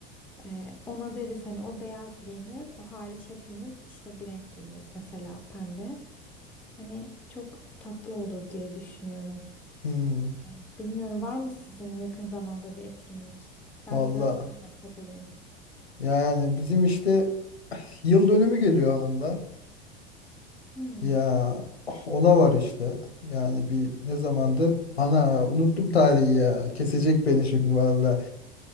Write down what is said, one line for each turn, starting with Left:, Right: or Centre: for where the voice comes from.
Centre: Ee, ona deriz hani o beyaz giyinir o hariç hepimiz işte bir renk giyiniriz mesela pembe hani çok tatlı olur diye düşünüyorum.
Left: Hmm,
Centre: Ee, bilmiyorum var mı sizin yakın zamanda bir etkinlik? Ben
Left: valla.
Centre: de biraz sana destek olayım.
Left: Yani bizim işte <sighs> yıl dönümü geliyor hanımla.
Centre: Hmm.
Left: Ya ona var işte. Yani bir ne zamandı? Ana unuttum tarihi ya. Kesecek beni şimdi valla.